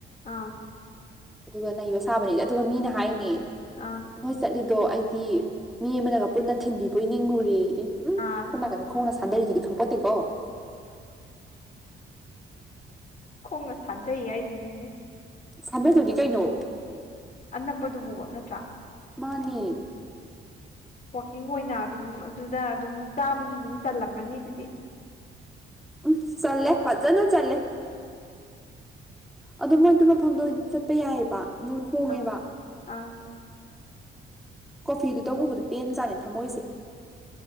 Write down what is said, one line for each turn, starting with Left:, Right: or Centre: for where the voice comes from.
Left: ꯑꯥ
Centre: ꯑꯗꯨꯒ ꯅꯩꯕ ꯁꯥꯕꯅꯦꯗꯤ ꯑꯗꯨꯒ ꯃꯤꯅ ꯍꯥꯏꯅꯦ
Left: ꯑꯥ
Centre: ꯅꯣꯏ ꯆꯠꯂꯤꯗꯣ ꯑꯩꯗꯤ ꯃꯤ ꯑꯃꯅꯒ ꯄꯨꯟꯅ ꯊꯤꯟꯕꯤꯕꯣꯏ ꯅꯤꯡꯉꯨꯔꯦ ꯎ
Left: ꯑꯥ
Centre: ꯅꯥꯀ ꯈꯣꯡꯅ ꯁꯥꯟꯗꯔꯤꯗꯨꯗꯤ ꯈꯪꯄꯣꯠꯇꯦꯀꯣ
Left: ꯈꯣꯡꯅ ꯁꯥꯟꯊꯩꯌꯦ ꯍꯥꯏꯁꯤꯅꯤꯅꯦ
Centre: ꯑꯁ ꯑꯗꯨꯗꯨꯅꯤ ꯀꯩꯅꯣ
Left: ꯑꯅꯛꯄꯗꯨꯕꯨ ꯅꯠꯇ꯭ꯔꯥ
Centre: ꯃꯥꯅꯤ
Left: ꯋꯥꯛꯀꯤꯡ ꯑꯣꯏꯅ ꯑꯗꯨꯝ ꯑꯗꯨꯗ ꯑꯗꯨꯝ ꯆꯥꯕꯁꯨ ꯑꯗꯨꯝ ꯆꯜꯂꯝꯃꯅꯤ ꯑꯗꯨꯗꯤ
Centre: ꯎꯝ ꯆꯜꯂꯦ ꯐꯖꯅ ꯆꯜꯂꯦ ꯑꯗꯨ ꯃꯣꯏꯗꯨ ꯃꯐꯝꯗꯣ ꯆꯠꯄ ꯌꯥꯏꯑꯕ ꯑꯗꯨꯝ ꯍꯣꯡꯉꯦꯕ
Left: ꯑꯥ ꯑꯥ
Centre: ꯀꯣꯐꯤꯗꯨꯗ ꯎꯕꯗ ꯄꯦꯟ ꯖꯥꯠꯅꯤ ꯊꯝꯃꯣꯏꯁꯦ